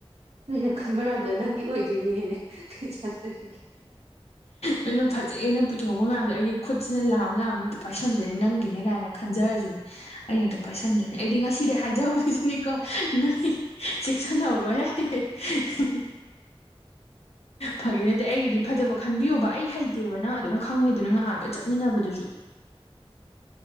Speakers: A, on the right (about 80°); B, on the left (about 80°).
A: ꯅꯣꯏꯅ ꯈꯟꯕ ꯉꯥꯛꯇ ꯅꯪꯒꯤ ꯑꯣꯏꯗꯣꯏꯅꯦꯅꯦ ꯀꯩ ꯆꯥꯖꯔꯤꯒꯦ <unintelligible>
B: ꯅꯪꯅ ꯐꯖꯩꯑꯦꯅ ꯄꯨꯊꯣꯔꯛꯄ ꯃꯌꯥꯝꯗꯣ ꯑꯩꯒꯤ ꯈꯨꯠꯁꯤꯅ ꯂꯥꯃ ꯂꯥꯝꯃ ꯍꯦꯛꯇ ꯄꯥꯔꯁꯟꯗꯨꯅꯤ ꯅꯪꯒꯤꯅꯦ ꯀꯥꯏꯅ꯫ ꯈꯟꯖꯔꯁꯨꯅꯦ ꯑꯩꯅ ꯍꯦꯛꯇ ꯄꯥꯏꯁꯟꯗꯣꯏꯅꯦ ꯑꯩꯗꯤ ꯉꯁꯤꯗꯤ ꯍꯥꯏꯖꯍꯧꯔꯤꯁꯤꯅꯦꯀꯣ ꯅꯪ <unintelligible> ꯆꯦꯛꯁꯟ ꯍꯧꯔꯣꯍꯦ <unintelligible> ꯐꯒꯤ ꯅꯠꯇꯦ ꯑꯩꯒꯤꯗꯤ ꯐꯖꯕ ꯈꯟꯕꯤꯌꯣꯕ ꯑꯩ ꯍꯩꯇꯦꯕ ꯅꯪ ꯑꯗꯨꯝ ꯈꯪꯉꯤꯗꯨꯅ ꯉꯍꯥꯟꯒ ꯆꯠꯃꯤꯟꯅꯕꯗꯨꯁꯨ꯫ <unintelligible>